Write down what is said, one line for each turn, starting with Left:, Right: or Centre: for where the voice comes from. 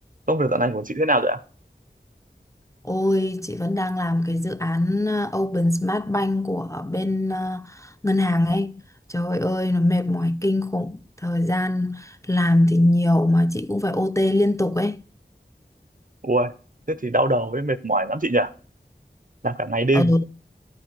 Right: Công việc dạo này của chị thế nào rồi ạ?
Left: Ôi, chị vẫn đang làm cái dự án ờ, Open Smart Bank của bên ờ, ngân hàng ấy. Trời ơi, nó mệt mỏi kinh khủng. Thời gian làm thì nhiều mà chị cũng phải OT liên tục ấy.
Right: Ui, thế thì đau đầu với mệt mỏi lắm chị nhỉ? Làm cả ngày đêm.
Left: Ừ,